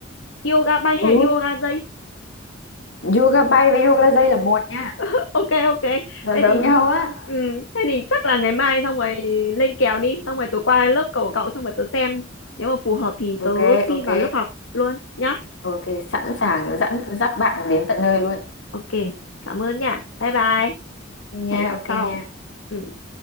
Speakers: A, on the left; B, on the left.
A: yoga bay hay
B: ừ
A: là yoga dây.
B: yoga bay với yoga dây là một nha
A: <laughs> Ok ok.
B: nó
A: Thế
B: giống
A: thì
B: nhau á
A: ừm, thế thì chắc là ngày mai xong rồi lên kèo đi, xong rồi tớ qua lớp cậu của cậu xong rồi tớ xem nếu mà phù hợp thì tớ
B: ok
A: xin
B: ok
A: vào lớp học luôn nhá.
B: ok sẵn sàng dẫn dắt bạn đến tận nơi luôn
A: Ok, cảm ơn nha. Bye bye.
B: ok nha
A: hẹn gặp
B: ok
A: sau
B: nha
A: ừ.